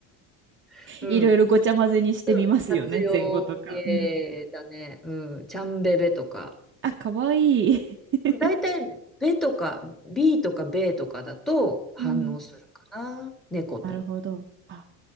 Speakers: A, in the centre; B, on the right.
A: <laughs> うん、
B: いろいろごちゃ混ぜにしてみますよね、
A: うん、活用系だね、
B: 前後とか。うん。
A: うん、ちゃんベベとか、
B: あ、かわいい。<laughs>
A: 大体、ベとか、ビーとかベとかだと反応するかな、
B: うん。<laughs>
A: 猫と、
B: なるほど。あ、